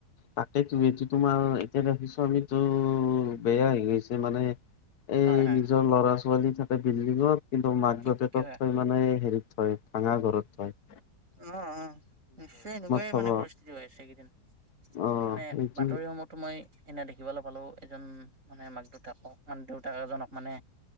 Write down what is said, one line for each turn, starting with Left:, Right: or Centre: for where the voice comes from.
Left: তাকেই তো এইটো তোমাৰ এতিয়া দেখিছো আমিতো বেয়া হছে মানে এই
Right: হয় হয়
Left: নিজৰ লৰা ছোৱালী থাকে বিল্ডিঙত কিন্তু মাক
Right: ঠিকে
Left: দেউতাকক
Right: হয়
Left: থৈ মানে হেৰি। হঙা ঘৰত থ
Right: উ অ নিশ্চয় এনেকাইে
Left: থব
Right: মানে পৰিস্থিতি হৈ আছেকেইদিন
Left: অ
Right: মানে
Left: সেইটো
Right: বাতৰিসমূহতো মই এনে দেখিবলৈ পালো এজন মানে মাক দেউতাকক মানে দেউতাক এজনক মানে।